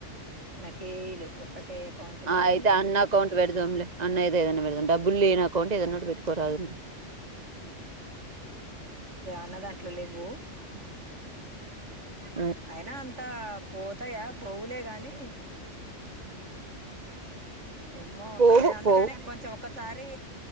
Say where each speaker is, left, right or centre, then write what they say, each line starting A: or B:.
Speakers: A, on the right; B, on the right.
A: నాకేయి లేవు ఒక్కటే అకౌంట్ ఉన్నది
B: ఆ అయితే అన్న అకౌంట్ పెడదాంలే అన్న ఏదో ఏదైనా పెడదాం డబ్బులు లేని అకౌంట్ ఏదైనా పెట్టుకోరాదు
A: ఉన్న దాంట్లో లేవు
B: ఉమ్.
A: అయినా అంత పోతాయా పోవులే గాని ఏమో
B: పోవు
A: మరి అందుకనే
B: పోవు
A: కొంచెం ఒకసారి